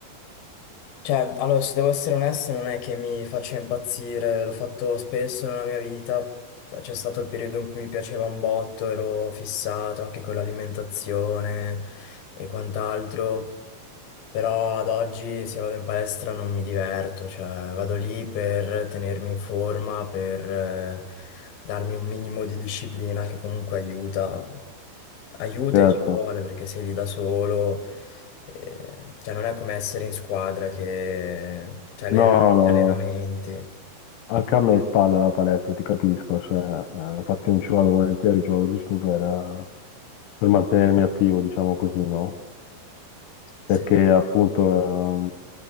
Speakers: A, on the left; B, on the left.
A: Cioè, allora, se devo essere onesto, non è che mi faccia impazzire, l'ho fatto spesso nella mia vita, c'è stato il periodo in cui mi piaceva un botto, ero fissato anche con l'alimentazione e quant'altro. Però ad oggi se vado in palestra non mi diverto, cioè vado lì per tenermi in forma, per eh, darmi un minimo di disciplina che comunque aiuta, aiuta
B: Certo,
A: e ci vuole perché sei lì da solo, eh, cioè non è come essere in squadra che c'hai
B: no,
A: gli gli
B: no,
A: allenamenti.
B: no. Anche a me spalla la palestra, ti capisco, cioè, eh, infatti non ci vado volentieri, ci vado giusto per, eh, per mantenermi attivo, diciamo così, no? Perché
A: Sì.
B: appunto eh,